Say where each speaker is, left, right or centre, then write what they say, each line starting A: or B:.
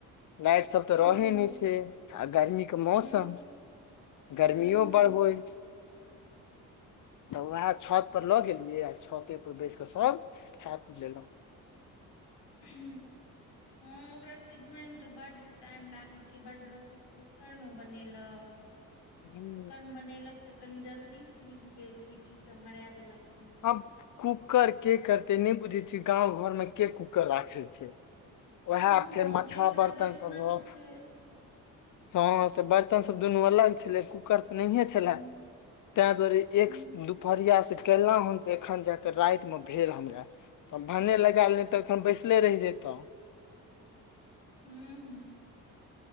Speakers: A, on the left (about 45°); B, on the left (about 60°).
A: लाइट सब तऽ रहे
B: हूं
A: नहि छै आ गर्मी के मौसम
B: हूं
A: गर्मियो
B: हूं हूं
A: बढ़होय तऽ उएह छत पर लऽ गेलियै आ छते पर बैस क सभ खा पी लेलहुँ
B: हू हँ ओकरा सिझबै मे तऽ बड टाइम लागैत छै बड लोक तऽ कूकर मे बनेलक कूकर
A: हूँ,
B: मे बनेलक तऽ कनि जल्दी सीझ गेल सीटी सब मरा देलक तऽ
A: आब कूकर के करते नहि बुझे छिय गाँंव घर में के कुकर राखे छै ओएह
B: हँ
A: फेर मच्छा
B: जेकरा
A: बर्तन
B: वैष्णव
A: सब रह
B: छै
A: हँ से बर्तन सब दुनू अलग छलै कूकर नहिये छलय
B: ह
A: तहि दुआरे
B: ह
A: एक प्रयास केल हन ते एखन जाके राइत में भेल हमरा तब भान् लगायल नहि तऽखन बैसले रहि जतहु
B: हूँ हूँ